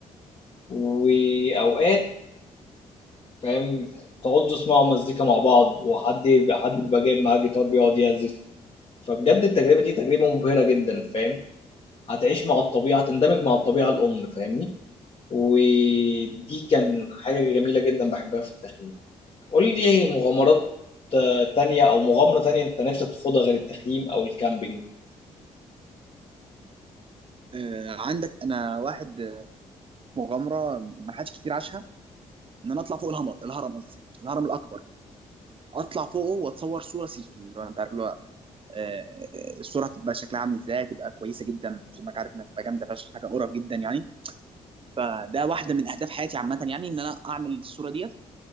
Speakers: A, on the left; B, on the right.
A: وأوقات فاهم تقعدوا تسمعوا مزيكا مع بعض وحد حد بيبقى جايب معاه جيتار بيقعد يعزف فبجد التجربة دي تجربة مبهرة جدا فاهم هتعيش مع الطبيعة هتندمج مع الطبيعة الأم فاهمني ودي كان حاجة جميلة جدا بحبها في التخييم قول لي مغامرات آه، تانية أو مغامرة تانية أنت نفسك تخوضها غير التخييم أو الكامبينج
B: آه، عندك انا واحد آه، مغامره ما حدش كتير عاشها ان انا اطلع فوق الهمر الهرم قصدي الهرم الاكبر اطلع فوقه واتصور صوره سيلفي اللي هو انت عارف اللي هو آه، آه، الصوره هتبقى شكلها عامل ازاي هتبقى كويسه جدا عشان انك عارف انها هتبقى جامده فشخ حاجه قرف جدا يعني فده واحده من اهداف حياتي عامه يعني ان انا اعمل الصوره ديت